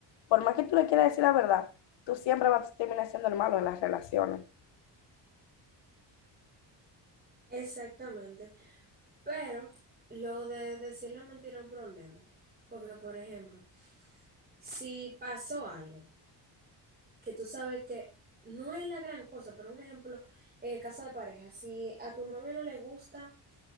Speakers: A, on the left; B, on the right.
A: Por más que tú le quieras decir la verdad, tú siempre vas a terminar siendo el malo en las relaciones.
B: exactamente. Pero lo de decir la mentira es un problema. Porque, por ejemplo, si pasó algo que tú sabes que no es la gran cosa, pero un ejemplo, en el caso de pareja, si a tu novio no le gusta